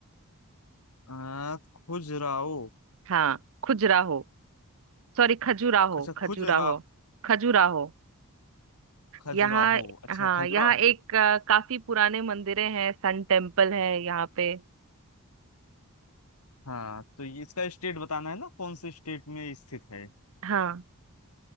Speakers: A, on the left; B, on the right.
A: आ, खुजराहो
B: हाँ खजुराहो सॉरी खजुराहो
A: अच्छा
B: खजुराहो
A: खुजरा
B: खजुराहो
A: खजुराहो
B: यहाँ
A: अच्छा
B: हाँ
A: खजुराहो
B: यहाँ एक अ, काफी पुराने मंदिरें हैं सन टेम्पल है यहाँ पे
A: हाँ तो ये इसका स्टेट बताना है ना कौन से स्टेट में स्थित है
B: हाँ